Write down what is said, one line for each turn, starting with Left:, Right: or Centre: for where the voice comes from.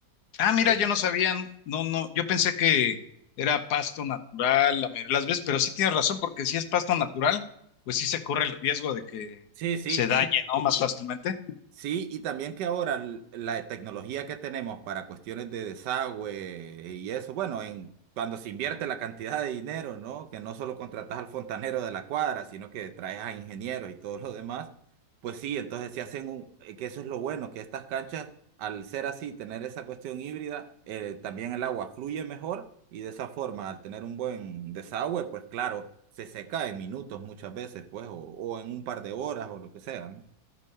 Left: Ah, mira,
Right: Este.
Left: yo no sabía, no, no, yo pensé que era pasto natural la mayoría de las veces, pero sí tienes razón porque si es pasto natural, pues sí se corre el riesgo de que
Right: Sí, sí,
Left: se dañe, ¿no? Más fácilmente.
Right: Sí, y también que ahora l- la tecnología que tenemos para cuestiones de desagüe y eso, bueno, en cuando se invierte la cantidad de dinero, ¿no? Que no solo contratas al fontanero de la cuadra, sino que traes a ingenieros y todo lo demás, pues sí, entonces se hacen un, eh, que eso es lo bueno, que estas canchas, al ser así, tener esa cuestión híbrida, eh, también el agua fluye mejor y de esa forma, al tener un buen desagüe, pues claro, se seca en minutos muchas veces, pues, o, o en un par de horas o lo que sea, ¿no?